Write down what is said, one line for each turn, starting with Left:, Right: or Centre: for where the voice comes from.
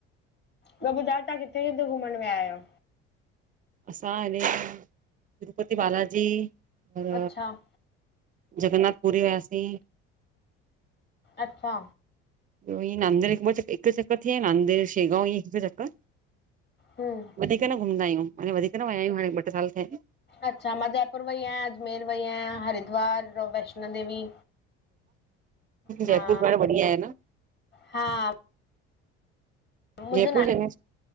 Left: बियो ॿुधाओ तव्हां किथे किथे घुमन विया आयो?
Right: असां हिनने तिरुपति बालाजी अ
Left: अच्छा
Right: जगन्नाथ पुरी वियासीं।
Left: अच्छा।
Right: त इ नांदेड़ हिक ब चक हिक चकर नदेड़ शेगाव हिकु चकर।
Left: हूं,
Right: वधीक न घुमंदा आयूं हाने वधीक न विया आयूं हाणे ॿ टे साल थिया इन।
Left: अच्छा मां जयपुर वई आयां अजमेर वई आयां हरिद्वार वैष्णो देवी। हा
Right: जयपुर ॾाढो बढिया आहे न।
Left: हा मुंहिंजो
Right: जयपूर
Left: ना
Right: जने,